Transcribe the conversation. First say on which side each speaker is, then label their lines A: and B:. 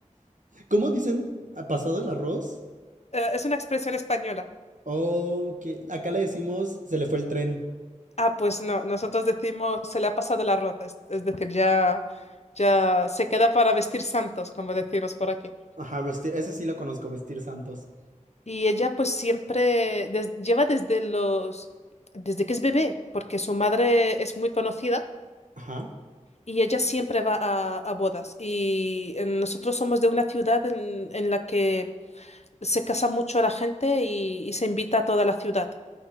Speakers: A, on the right (about 80°); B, on the left (about 55°).
A: ¿Cómo dicen? ¿Ha pasado el arroz?
B: Eh, es una expresión española.
A: Oh, que acá le decimos se le fue el tren.
B: Ah, pues no, nosotros decimos se le ha pasado el arroz, es, es decir, ya, ya se queda para vestir santos, como decimos por aquí.
A: Ajá, vestir, ese sí lo conozco, vestir santos.
B: Y ella pues siempre des- lleva desde los, desde que es bebé, porque su madre es muy conocida.
A: Ajá.
B: Y ella siempre va a, a bodas. Y eh, nosotros somos de una ciudad en, en la que se casa mucho a la gente y, y se invita a toda la ciudad.